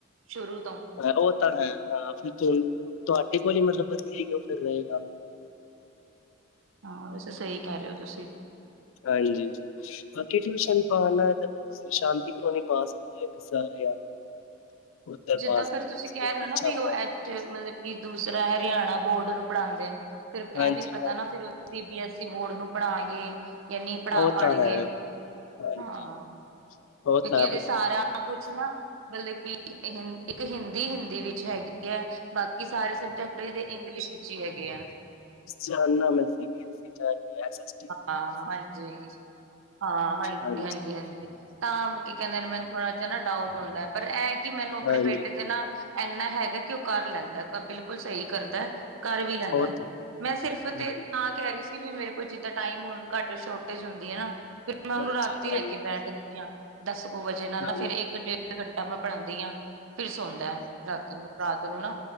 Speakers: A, on the right (about 80°); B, on the left (about 80°).
A: ਸ਼ੁਰੂ ਤੋਂ।
B: ਉਹ ਤਾਂ ਹੈ, ਹਾਂ ਫਿਰ ਤੁ ਤੁਹਾਡੇ ਕੋਲ ਹੀ ਮਤਲਬ ਵਧੀਆ <inaudible>
A: ਹਾਂ ਵੈਸੇ, ਸਹੀ ਕਹਿ ਰੇ ਔ ਤੁਸੀਂ।
B: ਹਾਂਜੀ। ਬਾਕੀ ਟਿਊਸ਼ਨ ਪਾਣਾ ਤਾਂ <unintelligible> ਉੱਧਰ
A: ਜਿੱਦਾਂ
B: ਪਾ ਸਕਦੇ
A: ਫਿਰ ਤੁਸੀਂ
B: ਹੋ
A: ਕਹਿ
B: ਬਹੁਤ
A: ਰੇ ਔ
B: ਅੱਛਾ
A: ਨਾ ਵੀ
B: ਪੜ੍ਹਾਂਦੇ
A: ਉਹ ਐ, ਮਤਲਬ ਕਿ ਦੂਸਰਾ ਹਰਿਆਣਾ ਬੋਰਡ ਨੂੰ ਪੜ੍ਹਾਦੇ ਨੇ। ਫਿਰ
B: ਹਾਂਜੀ,
A: ਇਹ ਵੀ ਨੀ ਪਤਾ
B: ਹਾਂਜੀ,
A: ਨਾ ਫਿਰ ਸੀ ਬੀ ਐਸੀ ਬੋਰਡ ਨੂੰ ਪੜ੍ਹਾਗੇ। ਜਾਂ ਨਈ ਪੜ੍ਹਾ
B: ਉਹ
A: ਪਾਣਗੇ,
B: ਤਾਂ ਹੈ, ਹਾਂਜੀ।
A: ਹਾਂ।
B: ਉਹ
A: ਕਿੳਕਿ
B: ਤਾਂ
A: ਇਹਦੇ ਸਾਰਾ ਕੁਛ ਨਾ ਮਤਲਬ ਕਿ ਹਿੰ ਇੱਕ ਹਿੰਦੀ-ਹਿੰਦੀ ਵਿੱਚ ਹੈਗੀ ਐ। ਬਾਕੀ ਸਾਰੇ ਸਿਬਜੈਕਟ ਇਹਦੇ ਇੰਗਲਿਸ਼ ਵਿੱਚ ਹੀ ਹੈਗੇ ਐ।
B: ਜਣਨਾ ਮੈਂ <unintelligible>
A: ਹਾਂ ਹਾਂਜੀ, ਹਾਂ ਹਾਂਜੀ-ਹਾਂਜੀ-ਹਾਂਜੀ।
B: ਹਾਂਜੀ,
A: ਤਾਂ ਕੀ ਕਹਿੰਦੇ ਨੇ ਮੈਨੂੰ ਥੋੜ੍ਹਾ ਜਿਹਾ ਨਾ ਡਾਊਟ ਹੁੰਦਾ ਐ ਪਰ ਐ ਕਿ ਮੈਨੂੰ ਆਪਣੇ
B: ਹਾਂਜੀ,
A: ਬੇਟੇ ਤੇ ਨਾ‌ ਇੰਨਾ ਹੈਗਾ ਕਿ ਉਹ ਕਰ ਲੈਂਦਾ। ਬਿਲਕੁਲ ਸਹੀ ਕਰਦਾ ਕਰ ਵੀ ਲੈਂਦਾ,
B: ਉਹ ਤਾਂ
A: ਮੈਂ ਸਿਰਫ ਤੇ
B: ਹਾਂਜੀ,
A: ਤਾਂ ਕਹਿ ਰਹੀ ਸੀ ਵੀ ਮੇਰੇ। ਜਿੱਦਾਂ ਟਾਈਮ ਹੁਨ ਘੱਟ ਸ਼ੋਰਟੇਜ ਹੁੰਦੀ ਆ ਨਾ, ਫਿਰ ਮੈਂ ਉਹਨੂੰ
B: ਹਾਂਜੀ,
A: ਰਾਤ ਹੀ
B: ਹਾਂਜੀ,
A: ਲੈ ਕੇ ਬੈਠਦੀ ਆ ਦੱਸ ਉਹ ਵਜੇ ਨਾਲ
B: ਹਾਂਜੀ।
A: ਨਾ ਫੇਰ ਇੱਕ ਡੇਢ ਘੰਟਾ ਮੈਂ ਪੜਾਦੀ ਆ, ਫਿਰ ਸੌਂਦਾ ਰਾਤ ਨੂੰ ਰਾਤ ਨੂੰ ਨਾ।